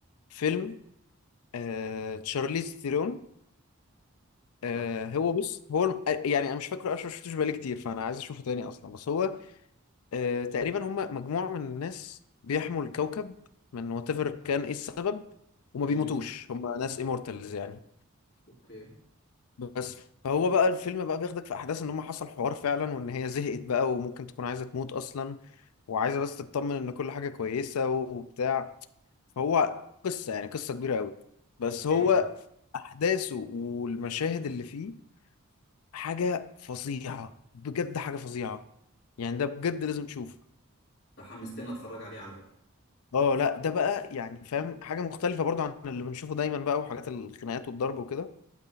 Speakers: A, on the left; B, on the left.
A: فيلم آه تشارليز ثيرون آه
B: صح
A: هو بص هو الم- آه، يعني انا مش فاكره اصلا ما شفتوش بقالي كتير فانا عايز اشوفه تاني اصلا بس هو آه تقريبا هم مجموعة من الناس بيحموا الكوكب من وات ايفر كان ايه السبب وما
B: امم
A: بيموتوش هم ناس immortals يعني
B: أوكي
A: بس فهو بقى الفيلم بقى بياخدك في احداث ان هم حصل حوار فعلا وان هي زهقت بقى وممكن تكون عايزة تموت اصلا وعايزه بس تطمن ان كل حاجه كويسه وبتاع فهو قصه يعني قصه كبيره قوي بس
B: ده حلو
A: هو
B: ده
A: احداثه والمشاهد اللي فيه حاجه فظيعه بجد حاجه فظيعه يعني ده بجد لازم تشوفه
B: ده حمستني أتفرج عليه على فكرة
A: اه لا ده بقى يعني فاهم حاجه مختلفه برضه عن اللي بنشوفه دايما بقى وحاجات الخناقات والضرب وكده